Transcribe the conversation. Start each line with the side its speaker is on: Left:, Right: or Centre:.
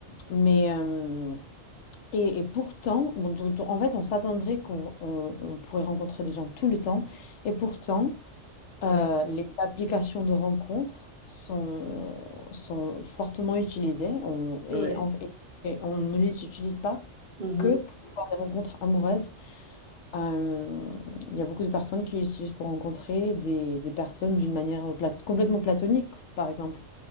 Left: mais euh, et, et pourtant, bon, donc, donc, en fait, on s'attendrait qu'on on, on pourrait rencontrer des gens tout le temps. Et pourtant,
Right: ouais,
Left: euh, les applications de rencontres sont sont fortement utilisées. On, et,
Right: ouais,
Left: en- et- et on ne les utilise pas
Right: mhm,
Left: que pour faire des rencontres amoureuses. Hem, il y a beaucoup de personnes qui l'utilisent pour rencontrer des des personnes d'une manière, plat complètement platonique, par exemple.